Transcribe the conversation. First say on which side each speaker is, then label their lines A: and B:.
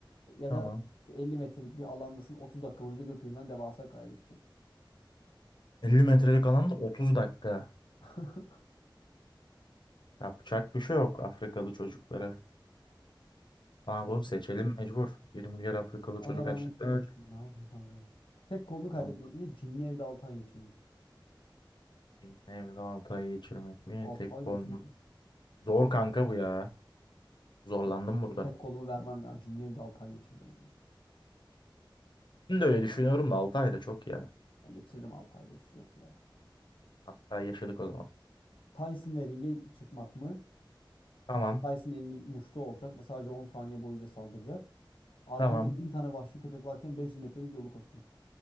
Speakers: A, on the left; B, on the left.
A: Ya
B: Tamam.
A: da işte 50 metrelik bir alandasın 30 dakika boyunca gökyüzünden devasa kaya düşecek.
B: 50 metrelik alanda 30 dakika.
A: <laughs>
B: Yapacak bir şey yok Afrikalı çocuklara. Ne yapalım
A: Olsun.
B: seçelim mecbur. 20 milyar Afrikalı
A: Allah
B: çocuk
A: rahmet
B: açlıktan
A: eylesin.
B: ölecek.
A: Ne yapayım kanka? Tek kolunu kaybetmek
B: Ama
A: mi? Cinli evde 6 ay geçirmek.
B: benim Evde 6 ay geçirmek mi?
A: 6
B: Tek
A: ay
B: konu.
A: da çok.
B: Zor kanka bu ya. Zorlandım
A: Tek,
B: burada.
A: tek kolumu vermem ya. Cinli evde 6 ay geçirdim.
B: Şimdi de öyle düşünüyorum da 6 ay da çok ya.
A: Ben geçiririm 6 ayda bir şey yok ya.
B: 6 ay yaşadık o zaman.
A: Tyson ve ringe çıkmak mı?
B: Tamam.
A: Dyson elinde muşta olacak ve sadece 10 saniye boyunca saldıracak. Arkanda
B: Tamam.
A: 1000 tane vahşi köpek varken 500 metrelik yolu koşmak.